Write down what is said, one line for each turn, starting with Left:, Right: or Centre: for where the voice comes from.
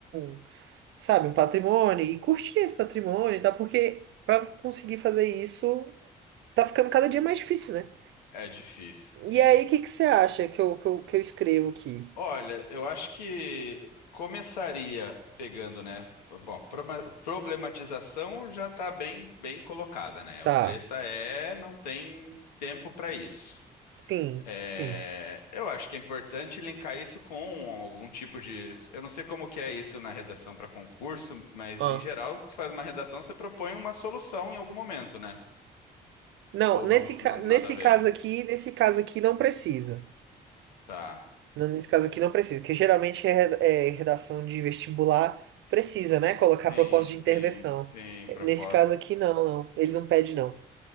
Right: um- um, sabe, um patrimônio e curtir esse patrimônio e tal, porque pra conseguir fazer isso tá ficando cada dia mais difícil, né?
Left: É difícil, sim.
Right: E aí, o que que você acha que eu, que eu, que eu escrevo aqui?
Left: Olha, eu acho que começaria pegando, né? Bom, proba- problematização já está bem, bem colocada, né?
Right: Tá.
Left: O treta é não tem tempo para isso.
Right: Sim,
Left: É,
Right: sim.
Left: eu acho que é importante linkar isso com algum tipo de. Eu não sei como que é isso na redação para concurso, mas
Right: Ah.
Left: em geral, você faz uma redação, você propõe uma solução em algum momento, né?
Right: Não,
Left: Ou
Right: nesse,
Left: não,
Right: ca-
Left: não- nada
Right: nesse
Left: a ver.
Right: caso aqui, nesse caso aqui não precisa.
Left: Tá.
Right: Não, Nesse caso aqui não precisa, porque geralmente é re- é redação de vestibular precisa, né? Colocar
Left: Sim,
Right: proposta
Left: sim,
Right: de intervenção.
Left: sim,
Right: É,
Left: proposta.
Right: Nesse caso aqui, não, não. Ele não pede, não.